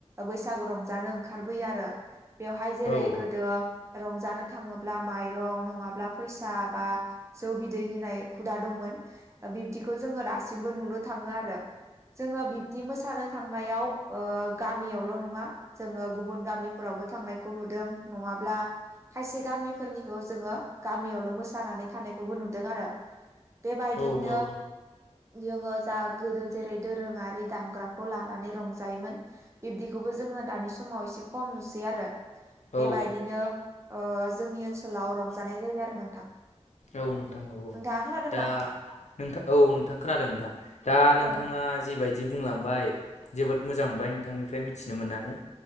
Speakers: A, on the right; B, on the left.
A: बैसागु रंजानो ओंखारबोयो आरो। बेवहाय जेरै
B: ओंखारबोयो आरो
A: गोदो रंजानो थाङोब्ला माइरं नङाब्ला फैसा बा। जौ बिदै होनाय हुदा दंमोन बिब्दिखौ जोङो दासिमबो नुनो थाङो आरो। जोङो बिब्दि मोसानो थांनायाव ओ गामियावल' नङा। जोङो गुबुन गामिफोरावबो थांनायखौ नुदों नङाब्ला। खायसे गामिफोरनिखौ जोङो गामियावल' मोसानानै थानायखौबो नुदों आरो। बेबायदिनो
B: औ औ।
A: जोङो जा गोदो जेरै दोरोङारि दामग्राखौ लानानै रंजायोमोन बिब्दिखौबो जोङो दानि समाव एसे खम नुसै आरो
B: औ
A: बेबायदिनो ओ जोंनि ओनसोलाव रंजानाय जायो आरो नोंथां।
B: औ नोंथां औ औ
A: नोंथाङा खोनादोंना
B: दा नोंथां औ नोंथां खोनादों नोंथां दा नोंथाङा।
A: औ
B: जिबायदि बुंलांबाय जोबोद मोजां मोनबाय नोंथांनिफ्राय मिथिनो मोननानै।